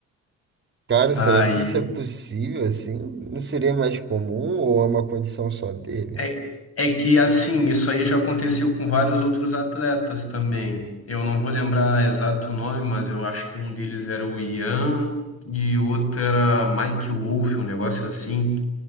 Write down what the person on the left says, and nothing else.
Aí
É, é que assim, isso aí já aconteceu com vários outros atletas também. Eu não vou lembrar exato o nome, mas eu acho que um deles era o Ian e o outro era Mike Wolff, um negócio assim,